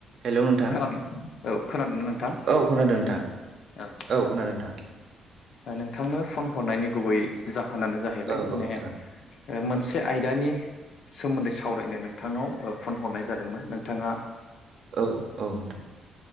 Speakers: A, on the right; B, on the left.
A: हेलौ नोंथां
B: खोनादों औ खोनादों ना नोंथां
A: औ खोनादों नोंथां
B: औ
A: खोनादों नोंथां
B: नोंथांनो फन हरनायनि गुबै जाहोनानो जाहैबाय
A: औ
B: माने
A: औ नोंथां
B: मोनसे आयदानि सोमोन्दै सावरायनो नोंथांनाव फन हरनाय जादोंमोन नोंथांङा
A: औ औ नोंथां